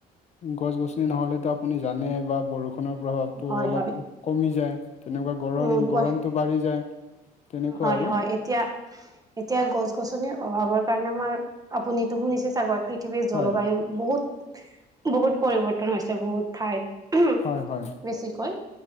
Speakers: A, on the left; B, on the right.
A: গছ গছনি নহলেতো আপুনি জানে বা বৰষুণ নৰ প্ৰভাৱটো
B: উম হয়
A: অলপ
B: হয়
A: কমি যায় তেনেকুৱা গৰম
B: উম হয়
A: গৰমতটো বাঢ়ি যায় তেনেকুৱা
B: হয়
A: আৰু
B: হয় এতিয়া এতিয়া গছ গছনিৰ অভাৱৰ কাৰণে আমাৰ আপুনিতো শুনিছে চাগৰ পৃথিৱীৰ জলবায়ু
A: হয়
B: বহুত বহুত পৰিৱৰ্তন হৈছে বহুত ঠাইত
A: হয় হয়
B: বেছিকয়